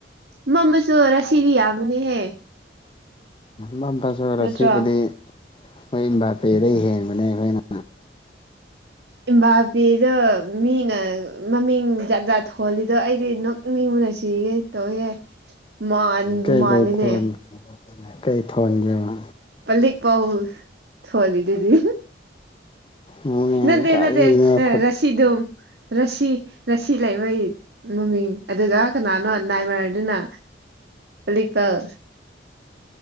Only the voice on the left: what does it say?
ꯃꯝꯃꯁꯨ
ꯔꯥꯁꯤꯕꯨꯗꯤ ꯃꯣꯏ ꯑꯝꯕꯥꯥꯄꯦꯗꯩ ꯍꯦꯟꯕꯅꯦ ꯑꯩꯈꯣꯏꯅ
ꯀꯩ
ꯀꯩ ꯊꯣꯟ ꯀꯩ ꯊꯣꯟꯒꯦꯕ
ꯃꯣꯏ
ꯀꯔꯤꯅꯣ
ꯈꯨꯠ